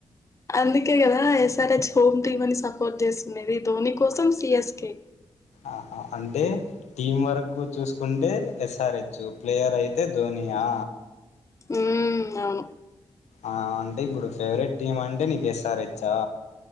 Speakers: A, on the left; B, on the left.
A: అందుకే కదా ఎస్ఆర్ హెచ్ హోమ్ టీమ్ అని సపోర్ట్ చేస్తుండది ధోని కోసం సి స్ కె
B: ఆహా అంటే టీమ్ వర్క్ ఎక్కు చూసుకుంటే ఎస్ఆర్ హెచ్ ప్లేయర్ అయితే ధోనియా
A: ఉ అవును
B: ఆ అంటే ఇప్పుడు ఫేవరెట్ టీమ్ అంటే నీకు ఎస్ఆర్ హెచ్చా